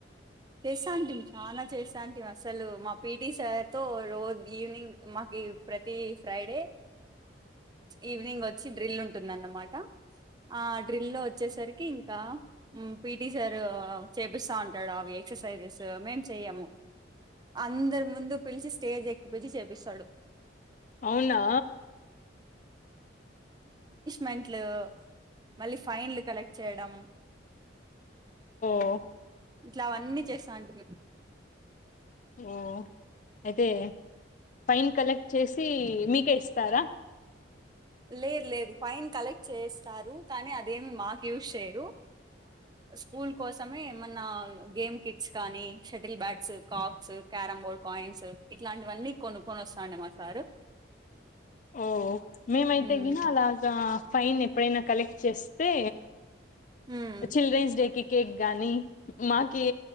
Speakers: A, on the right (about 20°); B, on the left (about 40°).
A: చేస్తా అంట చాలా చేస్తా అంటే అసలు మా పిటీ సార్తో రోజు ఈవినింగ్ మాకి ప్రతి ఫ్రైడే ఈవినింగ్ వచ్చి డ్రిల్ ఉంటుందన్నమాట ఆ డ్రిల్ల్లో వచ్చేసరికి ఇంకా పిటీ సార్ చేపిస్తా ఉంటాడు అవి ఎక్సర్సైజెస్ మేము చెయ్యము అందరి ముందు పిలిచి స్టేజ్ ఎక్కిపించి చేపిస్తాడు
B: అవునా
A: మెంట్లు మళ్లీ ఫైన్లు కలెక్ట్ చేయడం
B: హ
A: ఇట్లా అవన్నీ చేస్తాంటే మ
B: ఓ అయితే ఫైన్ కలెక్ట్ చేసి మీకే ఇస్తారా
A: లేదు లేదు ఫైన్ కలెక్ట్ చేస్తారు కానీ అదేమి మాకు యూస్చేయరు స్కూల్ కోసమే ఏమన్నా గేమ్ కిట్స్ కానీ shuttle bats cocks carrom board coins ఇట్లాంటివన్నీ కొనుక్కొని వస్తాండే మా సారు
B: ఓ మేమైతే
A: మ్మ్
B: గిన అలాగా ఫైన్ ఎప్పుడైనా కలెక్ట్ చేస్తే
A: మ్మ్
B: చిల్డ్రెన్స్ డేకి కేక్ గాని మాకి